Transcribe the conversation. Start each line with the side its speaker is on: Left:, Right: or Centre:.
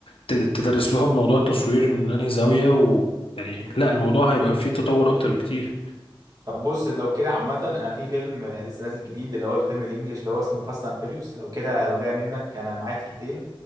Left: ت- تدرس لهم موضوع التصوير من انهي زاويه ويعني لا الموضوع هيبقى فيه تطور اكتر بكتير
Right: طب بص لو كده عامه انا في فيلم لسه نازل جديد اللي هو الفيلم الانجليش اللي هو اسمه فاست اند فيريوس لو كده لو جاي منك انا معايا تيكتين